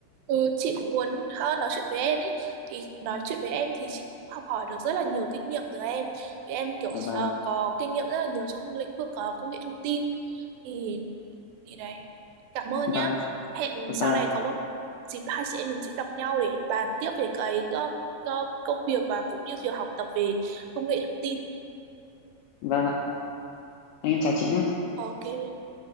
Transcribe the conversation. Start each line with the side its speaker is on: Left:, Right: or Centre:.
Right: Ừ, chị cũng muốn ờ, nói chuyện với em ý thì nói chuyện với em thì chị cũng học hỏi được rất là nhiều kinh nghiệm từ em thì em kiểu
Left: À, vâng,
Right: ờ, có kinh nghiệm rất là nhiều trong lĩnh vực ờ, công nghệ thông tin thì thì đấy cảm ơn
Left: vâng,
Right: nhá hẹn
Left: vâng,
Right: sau này có một dịp hai chị em mình sẽ gặp nhau để bàn tiếp về cái um, ờ, công việc và cũng như việc học tập về công nghệ thông tin
Left: vâng ạ. Anh em chào chị nhé.
Right: ok